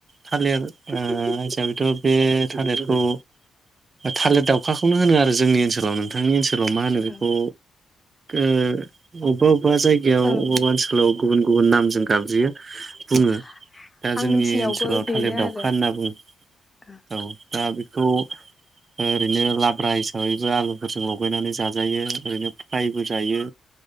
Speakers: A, on the right (about 45°); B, on the left (about 20°).
A: थालिर हिसाबैथ बे थालिरखौ थालिर दाउखाखौनो होनो आरो जोंनि ओनसोलाव नोंथांनि ओनसोलाव लाव मा होनो बेखौ
B: ओं
A: ए उबाव। अबा जायगायाव
B: ओं
A: अबा ओनसोलाव गुबुन गुबुन नामजों गाबज्रियो। बुङो
B: औ
A: दा
B: आं
A: जोंनि
B: मिथिनायावबो
A: ओनसोलाव
B: बेनो
A: थालिर दाउखा
B: आरो
A: होनना बुङो
B: ओं
A: औ दा बे। बेखौ ओरैनो लाब्रा हिसाबैबो आलुफोरजों लगायनानै जाजायो ओरैनो फ्रायबो जायो।